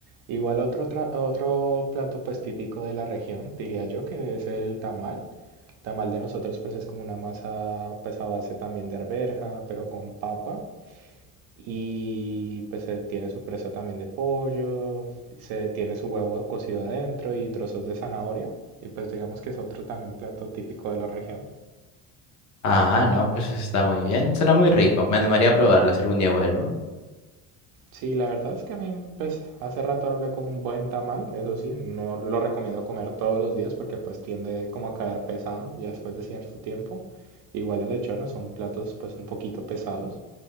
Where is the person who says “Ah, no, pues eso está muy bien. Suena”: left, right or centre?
Left